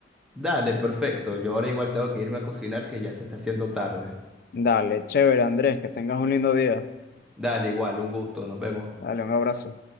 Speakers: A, in the centre; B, on the left (about 50°).
A: Dale, perfecto. Yo ahora igual tengo que irme a cocinar que ya se está haciendo tarde.
B: Dale, chévere, Andrés, que tengas un lindo día.
A: Dale, igual, un gusto. Nos vemos.
B: Dale, un abrazo.